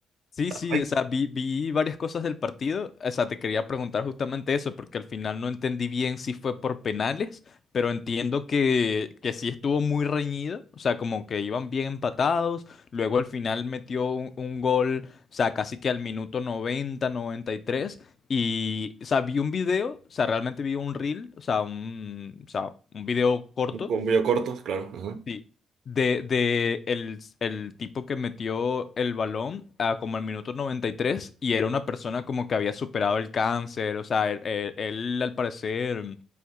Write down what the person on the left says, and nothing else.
Sí, sí,
o sea, vi, vi varias cosas del partido. O sea, te quería preguntar justamente eso, porque al final no entendí bien si fue por penales, pero entiendo que, que sí estuvo muy reñido. O sea, como que iban bien empatados. Luego al final metió un, un gol, o sea, casi que al minuto noventa noventa y tres Y, o sea, vi un video, o sea, realmente vi un reel, o sea, un, o sea, un video corto
Sí, de, de el, el tipo que metió el balón a como el minuto noventa y tres y era una persona como que había superado el cáncer, o sea, él, él- él, al parecer,